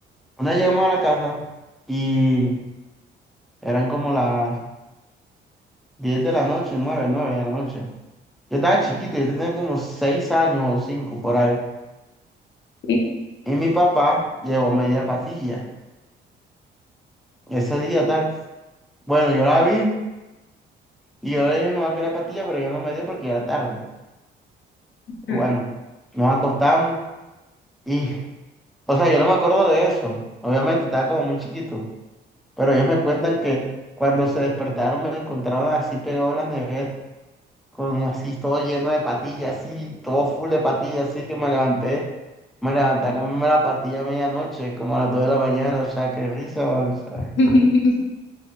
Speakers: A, in the centre; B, on the left.
A: Una vez llegamos a la casa y eran como las 10 de la noche, nueve nueve de la noche. Yo estaba chiquito, yo tenía como 6 años o 5 por ahí.
B: Sí.
A: Y mi papá llevó media patilla. Ese día tal. Bueno, yo la vi y yo le dije a mi mamá que era patilla, pero ya no me dio porque ya era tarde. Y
B: Mm.
A: Bueno, nos acostamos y, o sea, yo no me acuerdo de eso. Obviamente estaba como muy chiquito, pero ellos me cuentan que cuando se despertaron me encontraron así pegado a la nevera. con así todo lleno de patillas, así, todo full de patillas, así que me levanté, me levanté a comerme la pastilla a medianoche, como a las 2 de la mañana, o sea, qué risa, o sea.
B: <laughs>